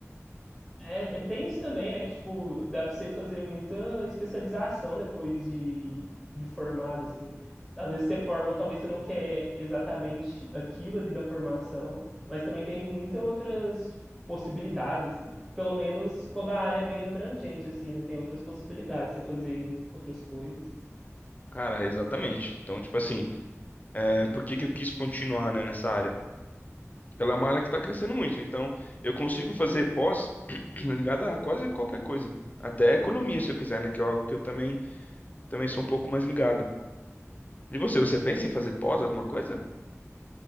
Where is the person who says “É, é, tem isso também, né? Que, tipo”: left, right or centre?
Centre